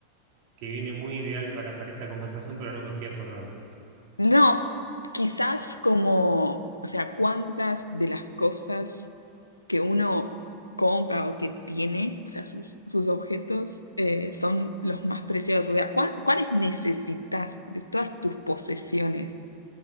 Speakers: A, on the right; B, on the left.
A: que viene muy ideal para, para esta conversación, pero no me estoy acordando.
B: No, quizás como, o sea, cuántas de las cosas que uno compra o que tiene, o sea, sus, sus objetos, eh, son los más preciados. O sea, ¿cuál- ¿cuáles necesitas de todas tus posesiones?